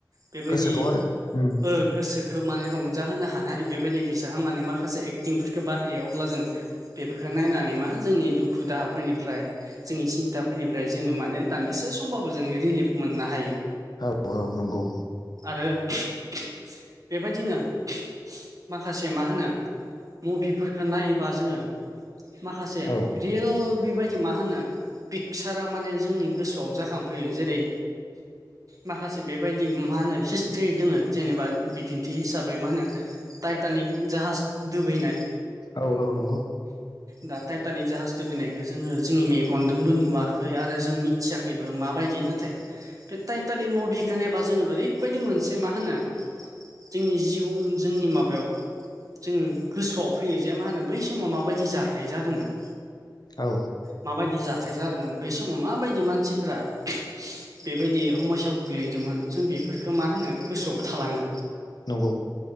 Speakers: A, on the right; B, on the left.
A: बेबादि
B: गोसोखौ आरो उम
A: ओ गोसो खौ माने रंजाहोनो हानाय बेबादि बिसोरहा माने माखासे एक्टिंफोरखौ बाहायो अब्ला जों बेफोरखौ नायनानै मा जोंनि दुखु दाहाफोरनिफ्राय जोंनि सिन्थाफोरनिफ्राय जोङो माने दान्दिसे समबाबो जोङो रिलिफ मोननो हायो
B: औ औ नंगौ
A: आरो <unintelligible> बेबायदिनो <unintelligible> माखासे मा होनो मुभिफोरखो नायोबा जोङो माखासे
B: औ
A: रियेल बेबायदि मा होनो पिकचारा माने जोंनि गोसोआव जाखांफैयो जेरै माखासे बेबायदि मा होनो हिस्ट्रि दोङो जेनेबा बिदिन्थि हिसाबै मा होनो टाइटानिक जाहाज दुबैनाय
B: औ औ नंगौ
A: दा टाइटानिक जाहाज दुबिनायखौ जोङो जोंनि मेगनजोंबो नुवाखै आरो जों मि मिथिआखैबो माबादि नाथाय बे टाइटानिक मुभिखौ नायबा जोङो ओरै ओरै बायदि मोनसे मा होनो जोंनि जिबन जोंनि माबायाव जोङो गोसोआव फैयो जे मा होनो बै समाव माबादि जाथाय जादोंमोन
B: औ
A: मा बादि जाथाय जादोंमोन बै समाव माबायदि मानसिफ्रा बेबायदि हमयसायाव गोग्लैदोंमोन जों बे बेखो मा होनो गोसोआव थालाङो
B: नंगौ